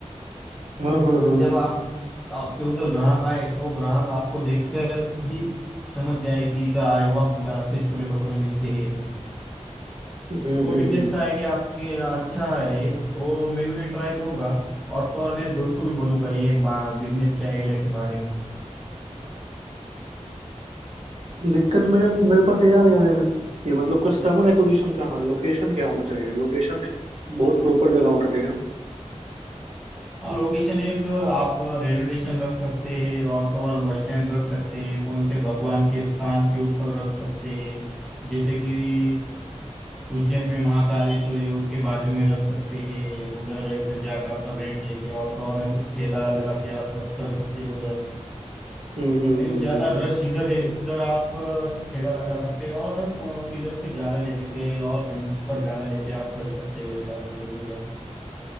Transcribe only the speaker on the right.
हाँ हाँ हाँ
हम्म
हम्म
हम्म
दिक्कत मेरे मेरे पास ये आ रही है ना कि मतलब कस्टमर एक्विजिशन कहाँ लोकेशन क्या होना चाहिए लोकेशन एक बहुत प्रॉपर जगह होना चाहिए ना
हम्म हम्म
हम्म
हम्म हम्म।